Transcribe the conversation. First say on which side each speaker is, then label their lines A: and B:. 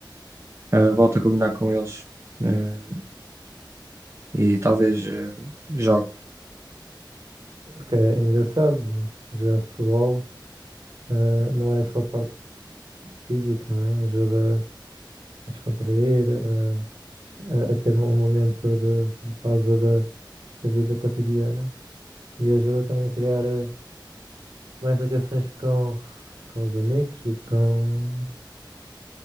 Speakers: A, on the right (about 35°); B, on the right (about 65°).
A: eh, volte a combinar com eles, eh, e talvez eh, jogue.
B: Porque é engraçado, é? jogar futebol, eh, não é só a parte física, não é? Ajuda a descontrair, a, a- a ter um momento de, de pausa da, da vida cotidiana e ajuda também a criar eh, mais ligações com, com os amigos e com.